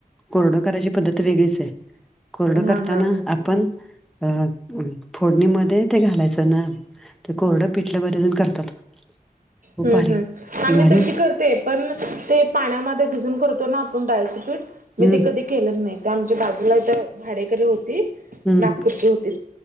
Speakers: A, in the centre; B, on the right (about 65°).
A: कोरडं करायची पद्धत वेगळीच आहे. कोरड करताना
B: हा हा.
A: आपण अ फोडणीमध्ये ते घालायचं ना ते कोरडं पिठलं बरेच जण करतात. खूप
B: हम्म
A: भारी
B: हम्म आम्ही
A: भारी
B: तशी करते. पण ते पाण्यामध्ये भिजून करतो ना आपण डाळीचं पीठ
A: हम्म
B: मी ते कधी नाही. ते आमच्या बाजूला इथ भाडेकरी होती
A: हम्म
B: नागपुरची होती